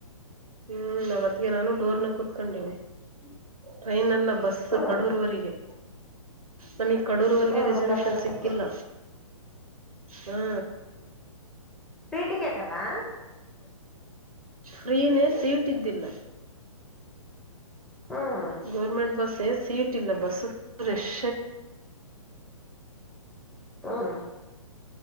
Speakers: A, on the right; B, in the centre.
A: ಹ್ಮ್ ನಮ್ ಅತ್ತಿಗೆ ನಾನು ಡೋರ್ನಗ್ ಕುತ್ಕೊಂಡಿವಿ. ಟ್ರೈನ್ ಎಲ್ಲ ಬಸ್
B: ಹ್ಮ್
A: ಕಡೂರ್ವರಿಗೆ ನಮ ಕಡೂರ್ವರ್ಗೆ
B: ಹ್ಮ್
A: ರೆಿಸರ್ವೂಷನ್
B: ಕಡೂರವರೆಗೆ
A: ಸಿಕ್ಕಿಲ್ಲ ಹ್ಮ
B: ಪ್ರೀಟ ಕೇಟಲ್ಲಾ
A: ಫ್ರೀನೇ ಸೀಟ್ ಇದ್ದಿಲ್ಲ
B: ಹ್ಮ್
A: ಗೌರ್ಮೆಂಟ್ ಬಸ್ಸೇ ಸೀಟ್ ಇಲ್ಲ ಬಸ್ ್ರೆಶ್
B: ಹ್ಮ್